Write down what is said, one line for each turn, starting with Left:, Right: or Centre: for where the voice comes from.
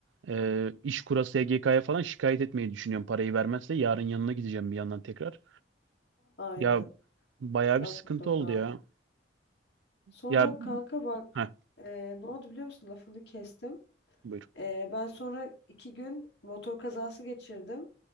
Right: e, İşkur'a SGK'ya falan şikayet etmeyi düşünüyorum parayı vermezse. Yarın yanına gideceğim bir yandan tekrar.
Left: Aynen.
Right: Ya bayağı
Left: Yap
Right: bir sıkıntı
Left: mutlaka.
Right: oldu ya.
Left: Sonra
Right: Ya
Left: kanka bak
Right: ha
Left: e, ne oldu biliyor musun? Lafını kestim.
Right: buyur.
Left: E, ben sonra iki gün motor kazası geçirdim.